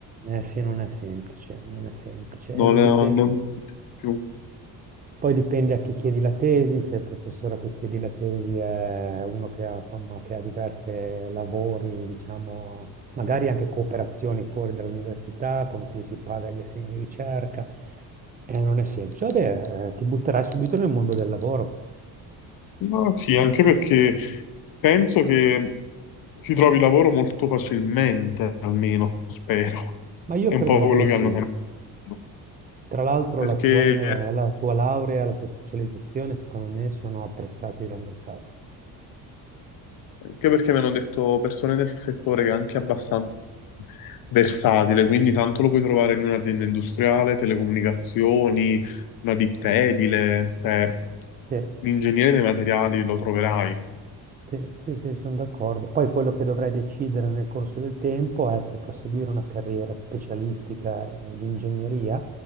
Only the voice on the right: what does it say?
Eh sì, non è semplice, non è semplice. Eh
v dipen
Poi dipende a chi chiedi la tesi, se il professore a cui chiedi la tesi è uno che ha insomma, che ha diverse lavori, diciamo, magari anche cooperazioni fuori dall'università con cui si paga gli assegni di ricerca. Eh, non è semplice. Vabbè, ehm, ti butterai subito nel mondo del lavoro.
Ma io
credo
proprio
di
sì.
Tra l'altro
la tua, la- la tua laurea, la tua specializzazione, secondo me, sono apprezzati dal mercato.
Sì,
sì, sì, sì, sono d'accordo. Poi quello che dovrai decidere nel corso del tempo è se proseguire una carriera specialistica eh, di ingegneria,